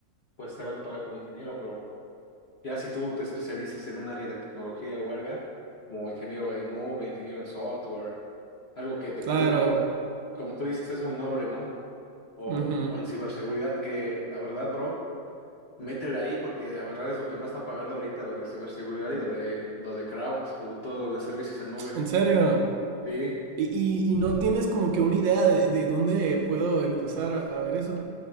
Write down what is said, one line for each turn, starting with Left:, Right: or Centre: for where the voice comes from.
Left: pues te van a pagar como ingeniero, pero Ya si tú te especializas en un área de tecnología o algo, como ingeniero en nube, ingeniero en software, algo que te permita,
Right: Claro.
Left: como, como tú dices, es muy noble, ¿no? O,
Right: ujú.
Left: o en ciberseguridad, que la verdad, bro, métele ahí porque la verdad es lo que más está pagando ahorita, lo de ciberseguridad y lo de, lo de cloud, lo de todo lo de servicios en nube.
Right: ¿En serio?
Left: Sí,
Right: ¿Y, y- y no tienes como que una idea de, de dónde puedo empezar a, a ver eso?